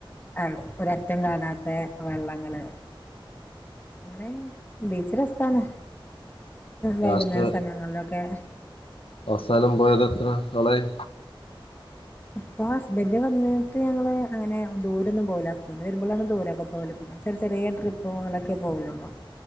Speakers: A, on the left (about 20°); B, on the left (about 80°).
A: അഹ് ഒരറ്റം കാണാത്ത വെള്ളങ്ങള് അങ്ങനെ ബീച്ച് രസാണ് വൈകുന്നേര
B: ലാസ്റ്റ്
A: സമയങ്ങളിലൊക്ക ക്കെ
B: അവസാനം പോയത് എത്ര നാളായി?
A: ഇപ്പൊ ഹസ്ബൻഡ് വന്നിട്ട് ഞങ്ങള് അങ്ങനെ ദൂരൊന്നും പോവൂല ഹസ്ബൻഡ് വരുമ്പളാണ് ദൂരമൊക്കെ പോവല് പിന്നെ ചെറിയ ചെറിയ ട്രിപ്പ്കളൊക്കെ പോകലൊള്ളൂ!